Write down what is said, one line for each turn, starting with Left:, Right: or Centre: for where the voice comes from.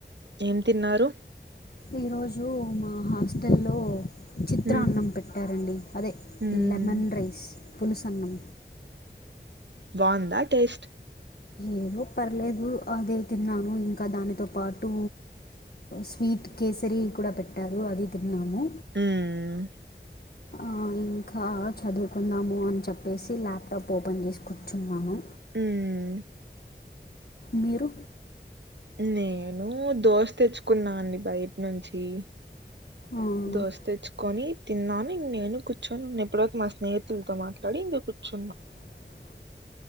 Right: ఏం తిన్నారు
Left: ఈరోజు మా హాస్టల్లో చిత్ర
Right: ఉమ్
Left: అన్నం పెట్టారండి అదే
Right: ఉమ్
Left: లెమన్ రైస్ పులుసన్నం
Right: బావుంద టేస్ట్
Left: ఏదో పర్లేదు అదే తిన్నాను ఇంకా దానితో పాటు స్వీట్ కేసరీ కూడా పెట్టారు అది తిన్నాము
Right: మ్మ్
Left: అవున్ ఇంకా చదువుకుందాము అని చెప్పేసి ల్యాప్టాప్ ఓపెన్ చేసి కొర్చున్నాను
Right: మ్మ్
Left: మీరు
Right: నేను దోశ తెచ్చుకున్నా అండి బయట్నుంచి
Left: ఆ,
Right: దోశ తెచ్చుకొని తిన్నాను నేను కూర్చొని ఇప్పటి వరకు మా స్నేహితులతో మాట్లాడి ఇంక చ్చున్నా
Left: <inaudible>